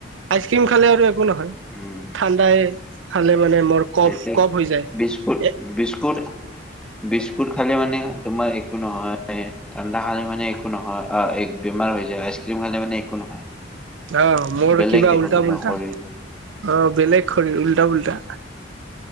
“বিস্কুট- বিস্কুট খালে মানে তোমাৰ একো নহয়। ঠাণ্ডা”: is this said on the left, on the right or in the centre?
Centre